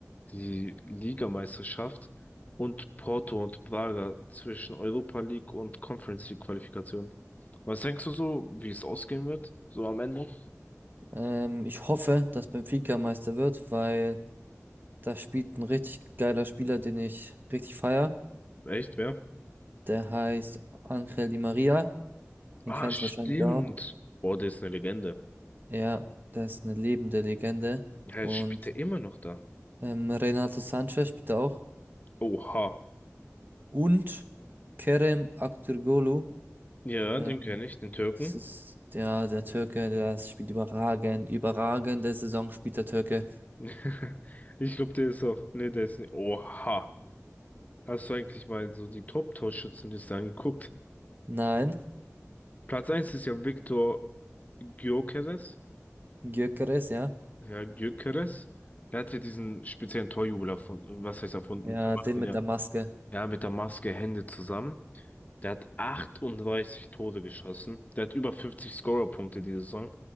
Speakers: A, on the left (about 30°); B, on the right (about 40°).
A: die Ligameisterschaft und Porto und Braga zwischen Europa League und Conference League Qualifikation. Was denkst du so, wie es ausgehen wird? So am Ende?
B: Ähm, ich hoffe, dass Benfica Meister wird, weil Da spielt ein richtig geiler Spieler, den ich richtig feier.
A: Echt, wer?
B: Der heißt Ángel Di María. Den
A: Ah,
B: kennst
A: stimmt.
B: du wahrscheinlich auch.
A: Boah, der ist eine Legende.
B: Ja, der ist eine lebende Legende.
A: Ja, jetzt
B: Und
A: spielt er immer noch da.
B: ähm, Renato Sanchez spielt da auch.
A: Oha.
B: Und Kerem Aktürkoğlu.
A: Ja,
B: Äh,
A: den kenne ich, den Türken.
B: das ist der, der Türke, der spielt überragend. Überragende Saison spielt der Türke.
A: <laughs> Ich glaube, der ist auch. Ne, der ist nicht. Oha. Hast du eigentlich mal so die Top-Torschützenliste angeguckt?
B: Nein,
A: Platz eins ist ja Viktor Gyökeres.
B: Gyökeres, ja.
A: Ja, Gyökeres. Der hat ja diesen speziellen Torjubel erfunden. Was heißt erfunden?
B: Ja,
A: Der macht
B: den
A: den
B: mit
A: ja.
B: der Maske.
A: Ja, mit der Maske Hände zusammen. Der hat 38 Tore geschossen. Der hat über 50 Scorerpunkte diese Saison.